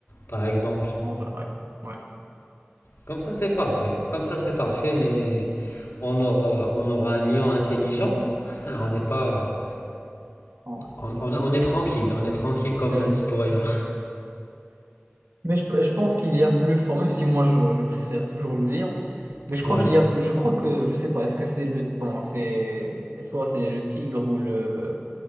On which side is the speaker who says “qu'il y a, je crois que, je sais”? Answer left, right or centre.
Right